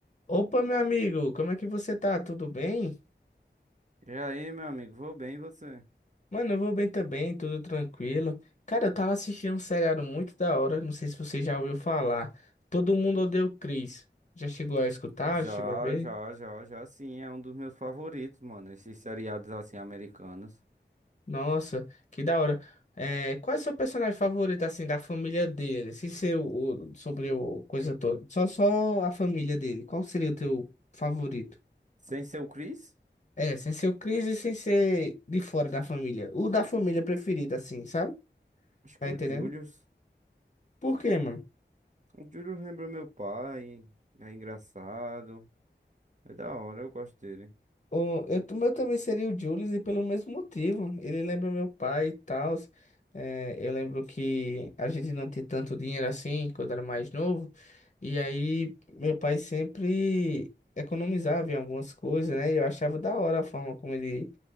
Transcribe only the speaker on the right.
E aí, meu amigo, vou bem, e você?
Já,
já, já, já, sim, é um dos meus favoritos, mano, esses seriados assim americanos.
Sem ser o Chris?
Acho
que
o Julius.
O Julius lembra meu pai, é engraçado, é da hora, eu gosto dele.